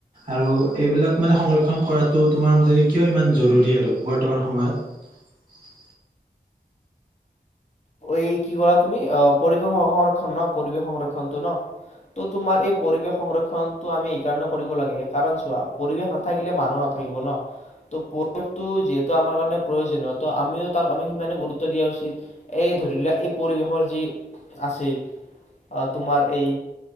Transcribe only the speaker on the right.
আৰু এইবিলাক মানে সংৰক্ষণ কৰাটো তোমাৰ মতে কিয় ইমান জৰুৰী আৰু বৰ্তমান সময়ত।